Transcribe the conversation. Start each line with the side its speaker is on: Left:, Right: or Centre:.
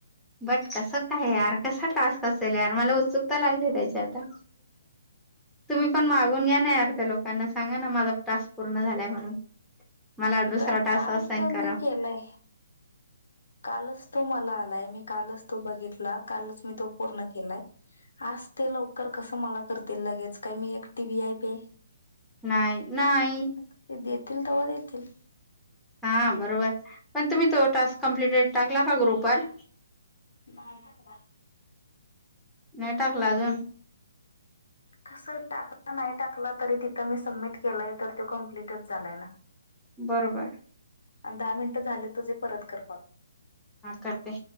Centre: बट कसं काय यार कसा टास्क असेल यार मला उत्सुकता लागली त्याच्या आता. तुम्ही पण मागून घ्या ना अर्ध्या लोकांना सांगा ना माझा टास्क पूर्ण झाल्या म्हणून. मला दुसरा
Left: तर
Centre: टास्क
Left: काल
Centre: असाईन
Left: तर
Centre: करा.
Left: मी केलंय कालच तो मला आलाय मी कालच तो बघितला कालच मी तो पूर्ण केलाय. आज ते लवकर कस मला करतील लगेच काय मी एक टी वी आय पे
Centre: नाही नाही
Left: ते देतील तेव्हा देतील.
Centre: हा बरोबर पण तुम्ही तो टास्क कमप्लीटेड टाकला का ग्रुपवर?
Left: नाही टाकला.
Centre: नाही टाकला अजून.
Left: तस टाकला नाही टाकला तरी तिथं मी सबमिट केलाय तर तो कंप्लीटच झालाय ना.
Centre: बरोबर.
Left: आणि दहा मिनटं झाले तुझे परत कर कॉल.
Centre: हा करते.